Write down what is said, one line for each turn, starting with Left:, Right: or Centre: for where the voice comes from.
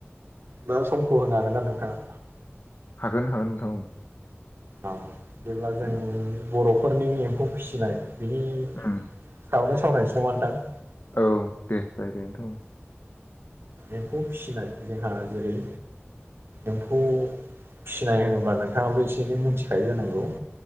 Right: बा समखौ होनो हागोन ना नोंथाङा?
Left: हागोन हागोन नोंथां औ।
Right: ओ जेब्ला जों
Left: उम
Right: बर'फोरनि एम्फौ फिसिनाय बिनि
Left: ओं
Right: बाव नों सावनो सावरायनोसै नामा नोंथां।
Left: औ दे जायो दे नोंथां औ।
Right: एम्फौ फिसिनाय जोंहा जेरै एम्फौ फिसिनाय होनोब्ला नोंथाङाबो एसे एनै मिथिखायो जानांगौ।